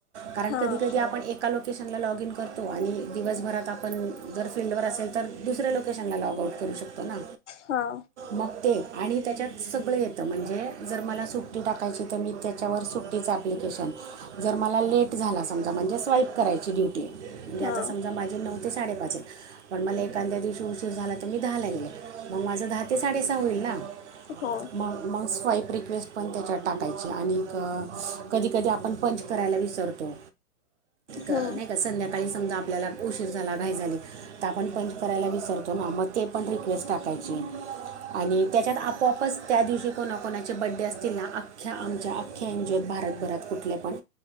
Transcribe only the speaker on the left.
हां
हां
हां
हो
हां